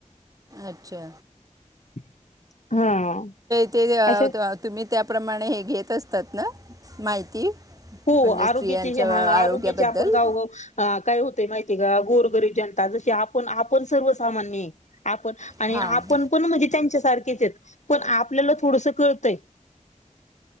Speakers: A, on the right (about 25°); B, on the left (about 60°).
A: अच्छा
B: <inaudible> हा
A: ते
B: अशा
A: तुम्ही त्या त्या प्र्रमाणे हे घेत असतात ना माहिती
B: हो
A: म्हणजे
B: आरोग्याचे
A: स्त्रियांच्या
B: आरोग्याचे
A: आरोग्याबद्दल
B: आपण गाव गाव काय हो ते माहिती आहे का गोरगरीब जनता जशी आपण आपण सर्वसामान्य आपण आणि
A: हां
B: आपण कोण म्हणजे त्यांच्या पण आपल्याला थोडस कळतय